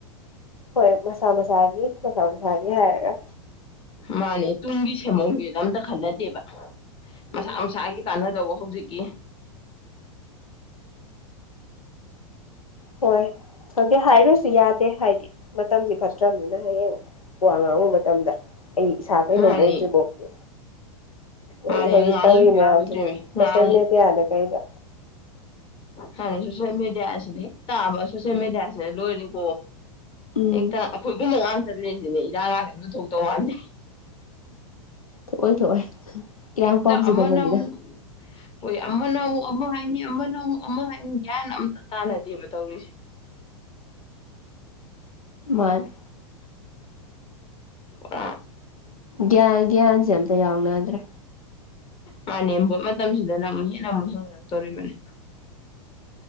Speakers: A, on the left (about 85°); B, on the left (about 30°).
A: ꯍꯣꯏ ꯃꯁꯥ ꯃꯁꯥꯒꯤ ꯃꯁꯥ ꯃꯁꯥꯒꯤ ꯍꯥꯏꯔꯒ
B: ꯃꯥꯅꯦ ꯇꯨꯡꯒꯤ ꯁꯦꯃꯣꯡꯒꯤꯅ ꯑꯝꯇ ꯈꯟꯅꯗꯦꯕ
A: ꯎꯝ
B: ꯃꯁꯒꯤ ꯀꯥꯟꯅꯗꯕꯣ ꯍꯧꯖꯤꯛꯀꯤ
A: ꯍꯣꯏ ꯈꯪꯗꯦ ꯍꯥꯏꯔꯁꯨ ꯌꯥꯗꯦ ꯍꯥꯏꯗꯤ ꯃꯇꯝꯁꯤ ꯆꯠꯇ꯭ꯔꯅꯤꯅ ꯍꯌꯦꯡ ꯋꯥ ꯉꯥꯡꯨ ꯃꯇꯝꯗ ꯑꯩ ꯏꯁꯥ ꯀꯩꯅꯣꯝ
B: ꯃꯥꯅꯤ
A: ꯑꯣꯏꯗ꯭ꯔꯤꯔꯤꯕꯥꯎꯗꯤ ꯑꯩꯣꯏ
B: ꯃꯥꯅꯦ
A: ꯍꯧꯖꯤꯛ
B: ꯉꯥꯡꯗꯁꯨ
A: ꯇꯧꯔꯤ ꯃꯌꯥꯝꯁꯦ
B: ꯌꯥꯔꯣꯏꯗ꯭ꯔꯦꯃꯤ ꯉꯥꯡ
A: ꯁꯣꯁꯦꯜ ꯃꯦꯗꯤꯌꯥꯗ ꯀꯩꯗ
B: ꯍꯥꯏꯥꯟ ꯁꯣꯁꯦꯜ ꯃꯦꯗꯤꯌꯥꯁꯤꯗ ꯍꯦꯛ ꯇꯥꯕ ꯁꯣꯁꯦꯜ ꯃꯦꯗꯤꯌꯥꯁꯤꯗ ꯂꯣꯏꯔꯅꯤꯀꯣ
A: ꯎꯝ
B: ꯑꯦꯛꯇ ꯑꯩꯈꯣꯏꯕꯨ ꯅꯅꯨꯡꯉ ꯦꯟꯁꯤꯅꯦ ꯏꯔꯥꯡ ꯉꯥꯁꯦ ꯌꯥꯝ ꯂꯧ ꯊꯣꯛꯇꯧ ꯋꯥꯅꯤꯦ
A: ꯑꯣꯏꯏ ꯊꯣꯛ ꯑꯣꯏꯏ ꯀꯔꯝ
B: ꯍꯦꯛꯇ
A: ꯄꯥꯝꯁꯗꯅꯤꯗ
B: ꯑꯃꯅ ꯑꯃꯨꯛ ꯍꯣꯏ ꯑꯃꯅ ꯑꯃꯨꯛ ꯑꯃ ꯍꯥꯏꯅꯤ ꯑꯃꯅ ꯑꯃꯨꯛ ꯑꯃ ꯍꯥꯏꯅꯤ ꯒ꯭ꯌꯥꯟ ꯑꯝꯇ ꯇꯥꯅꯗꯦꯕ ꯇꯧꯔꯤꯁꯦ
A: ꯃꯔꯅꯤ
B: ꯑ
A: ꯒ꯭ꯌꯥꯟ ꯒ꯭ꯌꯥꯟꯁꯦ ꯑꯝꯇ ꯌꯥꯎꯅꯗ꯭ꯔꯥ
B: ꯃꯥꯅꯦꯕꯣꯠ ꯃꯇꯝꯁꯤꯗꯅ ꯑꯃꯨꯛ ꯍꯦꯟꯅ ꯑꯃꯨꯛ ꯍꯦꯟꯒꯠꯂꯛꯇꯣꯔꯤꯕꯅꯤ